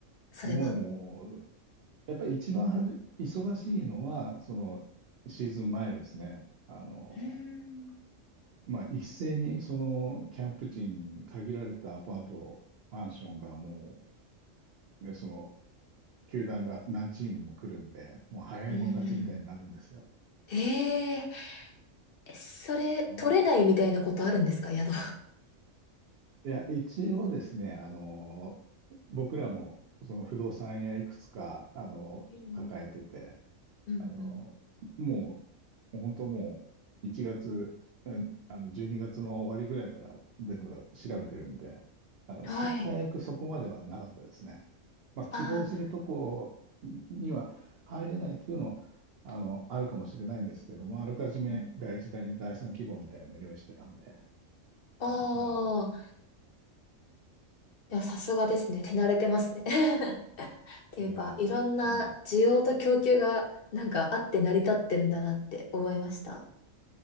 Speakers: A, on the left; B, on the right.
A: それは。
B: もやっぱり一番はじ、忙しいのは、そのシーズン前ですね。あの、
A: うーん。
B: まあ、一斉にそのキャンプ地に限られたアパート、マンションがもう、ね、その球団が何チームも来るんで、もう早いもん勝ちみたいになるんですよ。
A: うんうん。えええそれ、
B: うん、
A: 取れないみたいなことあるんですか、宿。
B: いや、一応ですね、あの、僕らもその不動産屋いくつか、あの、
A: うん
B: 抱えてて、
A: うん
B: あの、もう、本当もう、1月、うんあの、12月の終わりぐらいから全部調べてるんで、あの、さ、
A: うんはい。
B: 最悪そこまではなかったですね。まあ、希望するとこには入れないっていうのは、
A: ああ、
B: あの、あるかもしれないんですけども、あらかじめ第一第二第三希望みたいなのを用意してたんで、
A: うんああ、
B: あの、普段は。
A: いや、さすがですね。手慣れてますね。<laughs> っていうか、
B: いや
A: いろんな需要と供給が、
B: ー、もう、
A: なんかあって成り立ってるんだなって思いました。